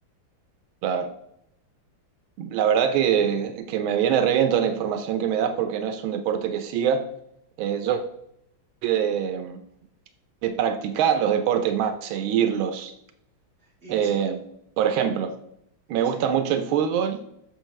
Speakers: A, on the right; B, on the right.
A: Claro. La verdad que, que me viene re bien toda la información que me das porque no es un deporte que siga. Eh, yo soy de, de practicar los deportes más que seguirlos.
B: Y
A: Eh,
B: se,
A: por ejemplo, me
B: decime,
A: gusta mucho el fútbol